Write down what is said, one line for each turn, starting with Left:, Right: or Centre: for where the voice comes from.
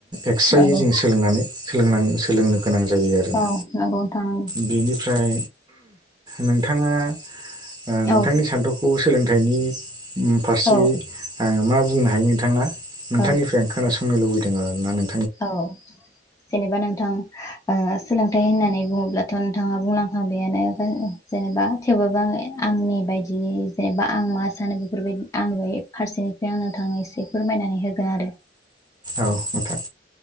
Right: एक्सट्रायै
Left: नंगौ
Right: जोङो सोलोंनानै सोलों सोलोंनो गोनां जायो आरोना
Left: औ नंगौ नोथा नंग ।
Right: बेनिफ्राय नोंथाङा अ नोंथांनि
Left: औ
Right: सान्थौखौ सोलोंथाइनि ओम फारसे
Left: औ
Right: आङ मा बुंनो हायो नोंथाङा नोंथांनिफ्राय
Left: औ
Right: आं खोनासंनो लुबैदों आरो ना नों
Left: औ जेनेबा नोंथां आ सोलोंथाइ होननानै बुङोब्लाथ' नोंथाङा बुंलांखांबायानो जेनेबा थेवबाबो आङो । आंनि बायदि जेनेबा आं मा सानो बेफोरबायदि आंनि बे फारसेनिफ्राय आंनो थांनो एसे फोरमाय नानै होगोन आरो
Right: औ नोंथां